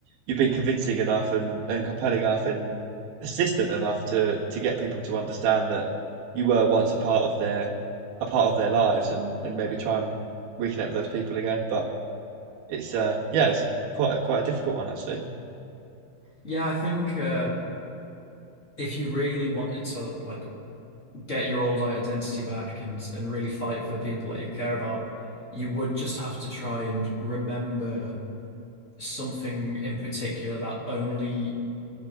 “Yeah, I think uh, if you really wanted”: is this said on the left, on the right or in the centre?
Left